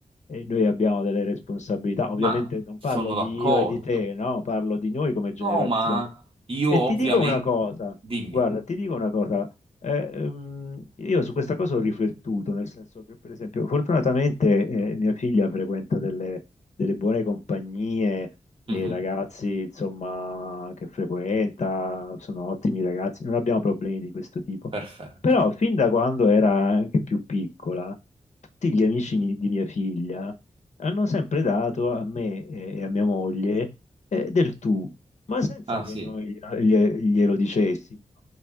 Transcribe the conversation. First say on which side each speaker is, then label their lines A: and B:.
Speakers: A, on the left; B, on the right.
A: e noi abbiamo delle responsabilità. Ovviamente
B: Ma
A: non
B: sono
A: parlo
B: d'accordo.
A: di io e di te, no? Parlo di noi come generazione.
B: No, ma io
A: E
B: ovviamente...
A: ti dico una cosa.
B: Dimmi.
A: Guarda, ti dico una cosa, eh, ehm, io su questa cosa ho riflettuto, nel senso che per esempio fortunatamente eh, mia figlia frequenta delle, delle buone compagnie,
B: Mhm,
A: i ragazzi insomma che frequenta sono ottimi ragazzi, non abbiamo problemi di questo tipo,
B: Perfetto.
A: però fin da quando era anche più piccola, tutti gli amici mi- di mia figlia hanno sempre dato a me eh, e a mia moglie eh, del tu ma senza
B: Ah
A: che
B: sì,
A: noi glie- glielo dicessimo. no?